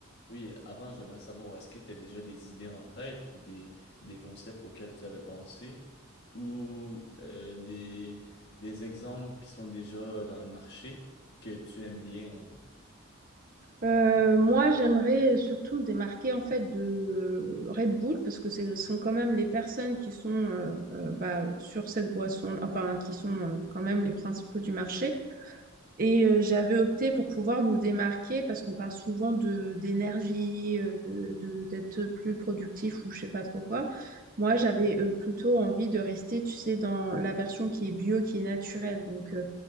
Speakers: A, on the left; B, on the right.
A: Oui, avant, j'aimerais savoir, est-ce que tu as déjà des idées en tête ou des, des concepts auxquels tu avais pensé ou euh, des, des exemples qui sont déjà dans le marché que tu aimes bien? hein?
B: Euh, moi, j'aimerais surtout me démarquer en fait de Red Bull parce que ce sont quand même les personnes qui sont euh, euh, bah, sur cette boisson, enfin qui sont euh, quand même les principaux du marché. Et euh, j'avais opté pour pouvoir nous démarquer parce qu'on parle souvent de d'énergie, euh, de, de- d'être plus productif ou je sais pas trop quoi. Moi, j'avais euh, plutôt envie de rester, tu sais, dans la version qui est bio, qui est naturelle. Donc euh,